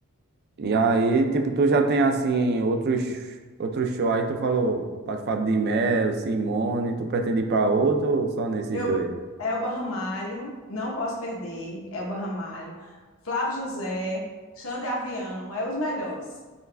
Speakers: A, on the right; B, on the left.
A: E aí, tipo, tu já tem assim, outros, outros shows. Aí tu falou, Padre Fábio de Melo, Simone, tu pretende ir pra outro ou só nesses
B: Eu,
A: dois?
B: Elba Ramalho, não posso perder. Elba Ramalho, Flávio José, Xande Avião, é os melhores,